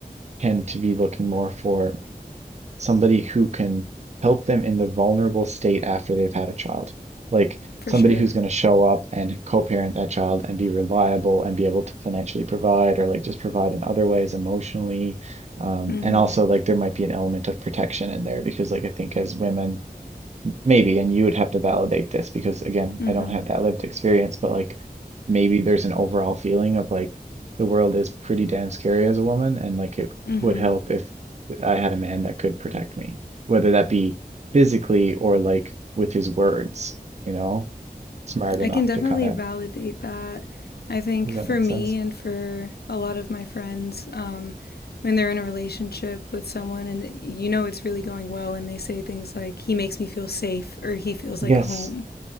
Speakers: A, on the right; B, on the left.
A: tend to be looking more for somebody who can help them in the vulnerable state after they've had a child. Like
B: for
A: somebody
B: sure
A: who's going to show up and co-parent that child and be reliable and be able to financially provide or like just provide in other ways emotionally. Um,
B: mhm
A: and also like there might be an element of protection in there because like I think as women, maybe, and you would have to validate this because again,
B: mhm
A: I don't have that lived experience, but like maybe there's an overall feeling of like the world is pretty damn scary as a woman, and like it
B: mhm
A: would help if I had a man that could protect me, whether that be physically or like with his words, you know, smart
B: I
A: enough
B: can definitely
A: to kind of,
B: validate that. I think
A: does
B: for
A: that make
B: me
A: sense?
B: and for a lot of my friends, um, when they're in a relationship with someone and you know it's really going well, and they say things like, he makes me feel safe or he feels
A: Yes.
B: like home.